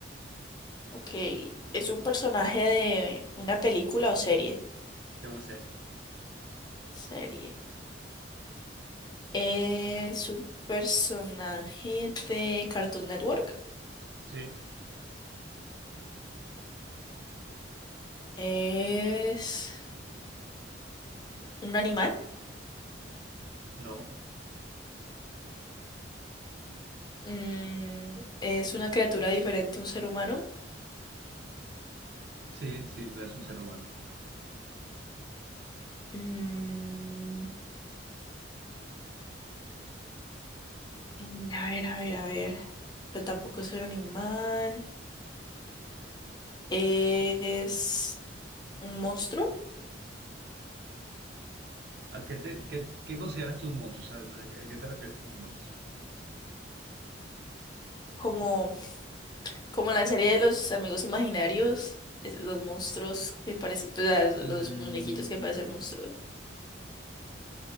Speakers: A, on the left (about 25°); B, on the right (about 60°).
A: ok. ¿Es un personaje de una película o serie?
B: de una serie.
A: Serie. Es un personaje de Cartoon Network.
B: Sí,
A: Es un animal.
B: no,
A: Mm, es una criatura diferente a un ser humano.
B: sí, sí, no es un ser humano.
A: Mm, eh, a ver, a ver, a ver. Pero tampoco es un animal. Es un monstruo.
B: ¿A qué, te, qué, qué consideras tú un monstruo? O sea, ¿a qué, a qué te refieres con monstruo?
A: Como, como la serie de los amigos imaginarios. es- los monstruos que parecen. Pues, ah, los
B: Mm,
A: muñequitos que parecen monstruos.